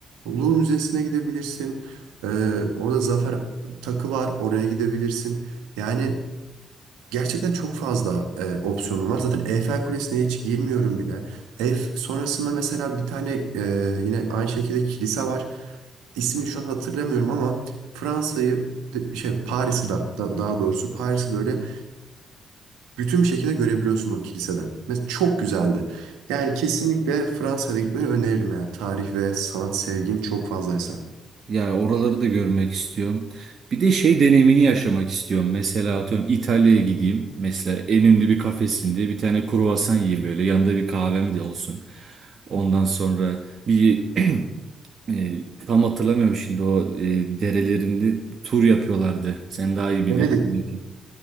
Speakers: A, on the right (about 75°); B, on the right (about 50°).
A: Louvre Müzesi'ne gidebilirsin. Ee, orada Zafer Takı var oraya gidebilirsin. Yani Gerçekten çok fazla e, opsiyonum var. Zaten Eyfel Kulesi'ne hiç girmiyorum bile. Ef sonrasında mesela bir tane e, yine aynı şekilde kilise var. İsmini şu an hatırlamıyorum ama Fransa'yı de- şey Paris'i da, da- daha doğrusu Paris'i böyle bütün bir şekilde görebiliyorsun o kiliseden. Ve çok güzeldi. Yani kesinlikle Fransa'da gitmeni öneririm eğer tarih ve sanat sevgin çok fazlaysa.
B: Yani oraları da görmek istiyorum. Bir de şey deneyimini yaşamak istiyorum. Mesela atıyorum İtalya'ya gideyim. Mesela en ünlü bir kafesinde bir tane kruvasan yiyeyim böyle. Yanında bir kahvem de olsun. Ondan sonra bir <clears throat> e, tam hatırlamıyorum şimdi o e, derelerinde tur yapıyorlardı. Sen daha iyi bilirsin.
A: Venedik.
B: belki.